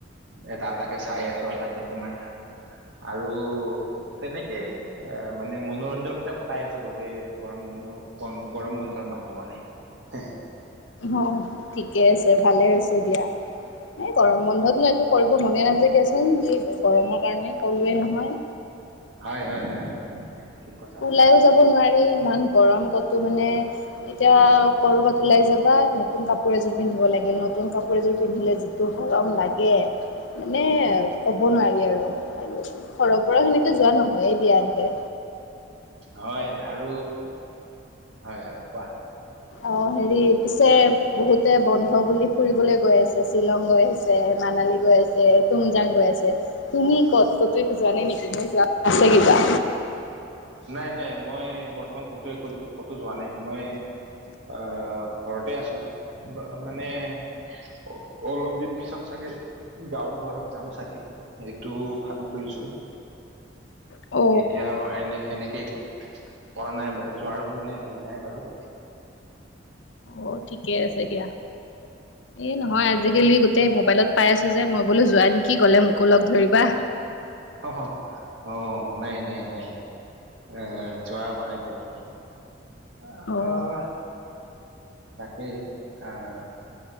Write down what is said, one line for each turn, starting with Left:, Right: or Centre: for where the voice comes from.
Right: এটা এটাকে চাই আছো তাকে তোমাৰ আৰু তেনেকেই এ মানে মনোৰঞ্জনতে কতাই আছো গোটেই গৰম বন্ধু গৰম বন্ধৰ মাহটো মানে হে
Left: অ ঠিকে আছে ভালে হৈছে দিয়া এই গৰম বন্ধতনো একো কৰিব মনে নাযায় দিয়াচোন যি গৰমৰ কাৰণে কলোৱে নহয়।
Right: হয় হয় হয় ঠিক কৈছা তুমি
Left: ওলাইও যাব নোৱাৰি ইমান গৰম কতো মানে এতিয়া কৰ'বাত ওলাই যাবা নতুন কাপোৰ এযোৰ পিন্ধিব লাগিল নতুন কাপোৰ এযোৰ পিন্ধিলে যি টো গৰম লাগে। মানে ক'ব নোৱাৰি আৰু আৰু ঘৰৰ পৰাও হেনেকে যোৱা নহয়েই দিয়া এনকে।
Right: হয় আৰু হয় হয় কোৱা
Left: অ হেৰি পিছে বহুতে বন্ধ বুলি ফুৰিবলৈ গৈ আছে শ্বিলং গৈ আছে, মানালী গৈ আছে, তুংজাং গৈ আছে তুমি ক'ত কতো একো যোৱা নাই নেকি তুমি যোৱা আছে কিবা
Right: নাই নাই মই বৰ্তমান কতো একো কতো যোৱা নাই মই আহ ঘৰতে আছো মানে অ অলপ দিন পিছত চাগে গাঁৱৰ ঘৰত যাম চাগে এইটো ভাবি থৈছো।
Left: অ
Right: এতিয়া এনে এনেকে একো কৰা নাই যোৱাৰ মানে হেৰি নাই বাৰু
Left: অ ঠিকে আছে দিয়া এই নহয়
Right: হয় হয়
Left: আজিকালি তে মোবাইলত পাই আছো যে মই বোলো যোৱা নেকি গলে মোকো লগ ধৰিবা।
Right: <unintelligible> নাই- নাই- নাই এ যোৱা হোৱা নাই এতিয়ালৈকে। আহ,
Left: অ',
Right: তাকেই আহ